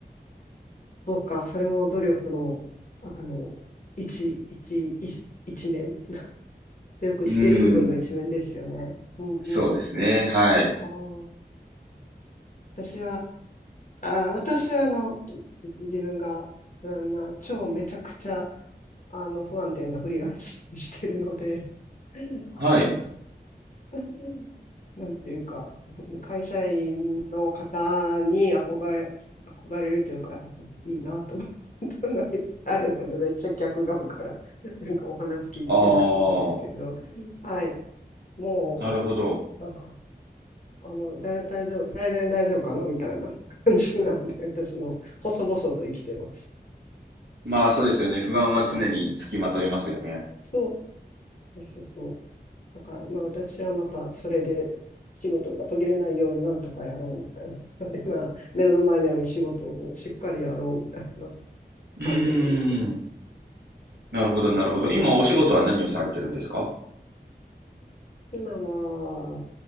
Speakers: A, on the left; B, on the right.
A: そうか、それも努力の、あの、一、一、一、一面。努力している部分の一面ですよね。
B: うーん、
A: うんうん。
B: そうですね。はい。
A: そっか。私は、あー、私は、あの、自分が、うんまあ、超めちゃくちゃ、あの、不安定なフリーランスをしてるので、<laughs>
B: はい。
A: あの、<laughs> なんていうか、会社員の方に憧れ、憧れるというか、いいなと思ったのがあるので、めっちゃ逆側からなんかお話聞いてる感じですけど、
B: ああ、
A: はい、も
B: なるほど。
A: うなんか、あの、だ、大丈夫、来年大丈夫かなみたいな感じなんで、私の細々と生きてます。
B: まあそうですよね。不安は常につきまといますよね。
A: なんか、そう、そうそうそうだから、まあ、私はまたそれで仕事が途切れないようになんとかやろうみたいな。<laughs> 今、目の前にある仕事をしっかりやろうみたいな
B: うーん。
A: 感じで生きてます。
B: なるほど、なるほど。今お仕事は何をされてるんですか
A: 今は、